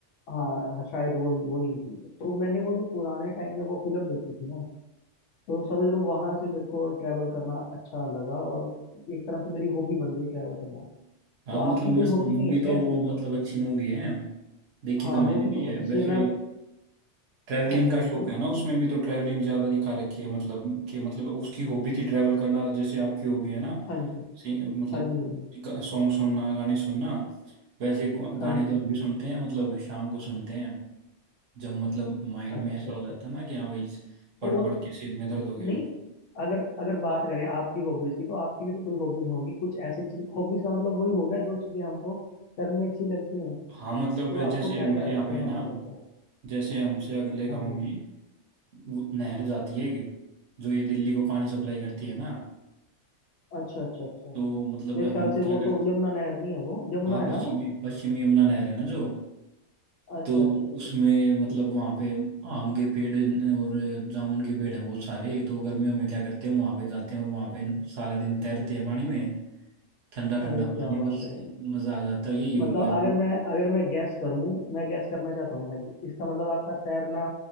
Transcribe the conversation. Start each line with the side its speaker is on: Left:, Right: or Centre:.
Left: हाँ शायद वही वही थी तो मैंने वो जो पुराने टाइम में वो फिल्म देखी थी ना तो समझ लो वहां से मेरे को ट्रैवल करना अच्छा लगा और एक तरह से मेरी हॉबी बन गई ट्रैवल करना
Right: हाँ
Left: तो
Right: मतलब
Left: आपकी कोई
Right: मस्त
Left: हॉबी
Right: मूवी
Left: नहीं है क्या
Right: तो
Left: ऐसी
Right: वो मतलब अच्छी मूवी है देखी
Left: हाँ
Right: तो मैंने
Left: मूवी
Right: भी
Left: तो बहुत
Right: है वैसे
Left: अच्छी है मैं
Right: ट्रैवलिंग
Left: हाँ जी
Right: का
Left: हाँ
Right: शौक
Left: जी
Right: है ना उसमें भी तो ट्रैवलिंग ज्यादा दिखा रखी है मतलब कि मतलब उसकी हॉबी थी ट्रैवल करना जैसे आपकी हॉबी है ना
Left: हाँ जी
Right: सिंग मतलब
Left: हाँ जी हाँ जी
Right: सॉन्ग सुनना गाने सुनना वैसे ग-
Left: हाँ
Right: गाने
Left: जी
Right: तो हम भी सुनते हैं मतलब शाम को सुनते हैं जब मतलब माइंड
Left: अच्छा
Right: में ऐसा
Left: अच्छा अच्छा।
Right: हो जाता है ना कि हाँ भाई पढ़
Left: और
Right: पढ़ के सिर में दर्द हो गया
Left: नहीं अगर अगर बात करें आपकी हॉबीज की तो आपकी भी तो कोई हॉबीज होगी कुछ ऐसी चीज हॉबीज का मतलब वही हो गया जो चीजें हमको करनी अच्छी लगती हैं
Right: हाँ मतलब
Left: तो
Right: जैसे
Left: आपको क्या
Right: हमारे
Left: क्या
Right: यहाँ पे
Left: करना
Right: है ना
Left: अच्छा लगता है
Right: जैसे हमसे अगले गांव
Left: हाँ जी
Right: में वो नहर जाती है एक, जो ये दिल्ली को पानी सप्लाई करती है ना
Left: अच्छा अच्छा अच्छा
Right: तो मतलब
Left: मेरे
Right: हम
Left: ख्याल से
Right: क्या
Left: वो
Right: करते
Left: तो यमुना नहर नहीं है वो यमुना
Right: हाँ
Left: है
Right: पश्चिमी
Left: ना वो
Right: पश्चिमी यमुना नहर है ना जो
Left: अच्छा
Right: तो
Left: अच्छा अच्छा
Right: उसमें
Left: अच्छा,
Right: मतलब
Left: ठीक
Right: वहाँ पे आम के पेड़ न- और जामुन के पेड़ हैं बहुत सारे तो गर्मियों में क्या करते हैं वहाँ पे जाते हैं और वहाँ पे सारा दिन तैरते हैं पानी में ठंडा ठंडा
Left: अरे क्या
Right: पानी
Left: बात
Right: बस
Left: है भाई
Right: मज़ा आ जाता है यही हो
Left: मतलब
Right: गया
Left: अगर मैं अगर मैं गैस करूं मैं गैस करना चाहता हूं भाई इसका मतलब आपका तैरना